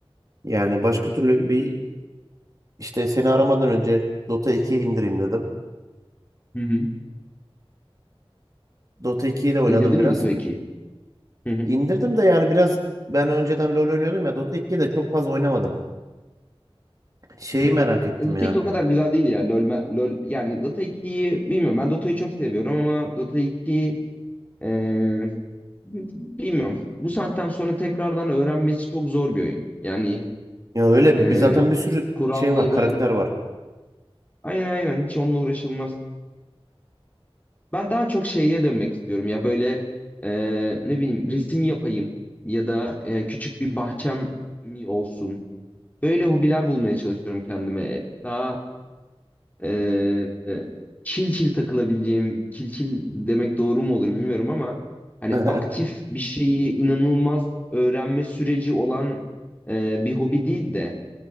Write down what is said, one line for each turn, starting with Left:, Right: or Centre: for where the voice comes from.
Right: Yani başka türlü bir işte seni aramadan önce Dota 2'yi indireyim dedim.
Left: Hı hı.
Right: Dota 2'yi de oynadım
Left: İndirdin
Right: biraz.
Left: mi Dota 2'yi? Hı hı.
Right: İndirdim de yani biraz ben önceden LoL oynuyordum ya Dota 2'yi de çok fazla oynamadım. Şeyi
Left: Hı.
Right: merak ettim
Left: E, Dota
Right: ya.
Left: 2 o kadar güzel değil ya. LoL, me- LoL yani Dota 2'yi bilmiyorum. Ben Dota'yı çok seviyorum ama Dota 2 e, bilmiyorum. Bu saatten sonra tekrardan öğrenmesi çok zor bir oyun. Yani
Right: Ya öyle
Left: e,
Right: bir zaten bir sürü
Left: kuralları
Right: şey var, karakter var.
Left: aynen aynen hiç onunla uğraşılmaz. Ben daha çok şeye dönmek istiyorum ya böyle e, ne bileyim resim yapayım ya da e, küçük bir bahçem mi olsun. Böyle hobiler bulmaya çalışıyorum kendime. E, Daha Ee, çil çil takılabileceğim, çil çil demek doğru mu olur bilmiyorum ama hani
Right: <laughs>
Left: aktif bir şeyi inanılmaz öğrenme süreci olan e, bir hobi değil de